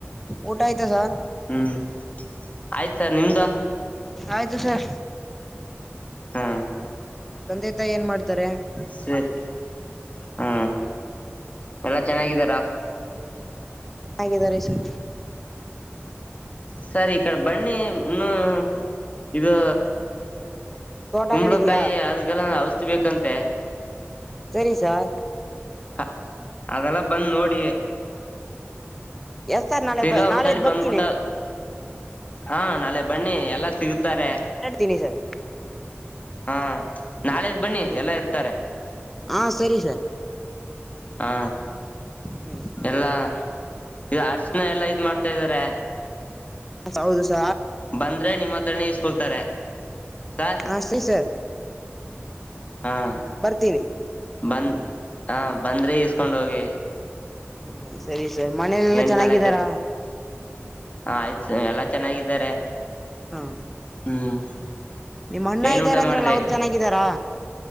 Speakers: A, in the centre; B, on the left.
A: ಊಟ ಆಯ್ತಾ ಸರ್
B: ಹ್ಮ್ ಆಯ್ತ ಸರ್ ನಿಮ್ದು
A: ಆಯ್ತು ಸರ್
B: ಹಾ
A: ತಂದೆ ತಾಯಿ ಏನ್ ಮಾಡ್ತಾರೆ
B: ಸರಿ ಹಾ ಎಲ್ಲಾ ಚೆನ್ನಾಗಿದ್ದಾರಾ
A: ಹಾಗಗಿದ್ದಾರೆ ಸ
B: ಸರಿ ಈ ಕಡೆ ಬನ್ನಿ ಇನ್ನುೂ ಇದು
A: ತೋಟಗಳಿದ್ಯಾ
B: ಕುಂಬಳಕಾಯಿ ಅದಗೆಲ್ಲ ಔಷಧಿಬೇಕಂತೆ
A: ಸರಿ ಸಾರ್
B: ಹ ಅದೆಲ್ಲ ಬಂದ್ ನೋಡಿ
A: ಎಸ್ ಸರ್ ನಾಳೆ
B: ತಿರ್ಗಾ
A: ಬ
B: ಒಂದ್ಸಲಿ
A: ನಾಳೆದ್ ಬರ್ತೀನಿ
B: ಬಂದ್ಬಿಟ್ಟ ಹಾ ನಾಳೆ ಬನ್ನಿ ಎಲ್ಲ ಸಿಗುತ್ತಾರೆ
A: ಹೇಳ್ತೀನಿ ಸರ್
B: ಹಾ ನಾಳೆದ್ ಬನ್ನಿ
A: ಹ್ಮ
B: ಎಲ್ಲಾ ಇರ್ತಾರೆ
A: ಹಾ ಸರಿ ಸರ್
B: ಹಾ
A: ಹ್ಮ್
B: ಎಲ್ಲಾ ಈದು ಅರ್ಶನಾ ಎಲ್ಲಾ ಇದ್ ಮಾಡ್ತಾ ಇದ್ದಾರೆ
A: ಹ ಹೌದು ಸ
B: ಬಂದ್ರೆ ನಿಮ್ಮ ಹತ್ರನೇ ಇಸ್ಕೊಳ್ತಾರೆ ಸಾರ್
A: ಹಾ ಸರಿ ಸರ್
B: ಹಾ
A: ಬರ್ತೀನಿ
B: ಬಂದ್ ಹ ಬಂದ್ರೆ ಇಸ್ಕೊಂಡ ಹೋಗಿ
A: ಹ್ಮ ಸರಿ ಸರ್ ಮನೇಲೆಲ್ಲಾ
B: ಏನ್
A: ಚೆನ್ನಾಗಿದ್ದಾರಾ
B: ತಲೆ ಕಟ್ಟ ಹ ಆಯ್ತು ಎಲ್ಲ ಚೆನ್ನಾಗಿದ್ದಾರೆ
A: ಹಾ
B: ಹ್ಮ್
A: ನಿಮ್ಮ ಅಣ್ಣ
B: ಏನ್
A: ಇದ್ದಾರೆ
B: ಊಟ
A: ಅಂದ್ರಲ್ಲ
B: ಮಾಡಿದ್ರಿ
A: ಅವ್ರು ಚೆನ್ನಾಗಿದ್ದಾರಾ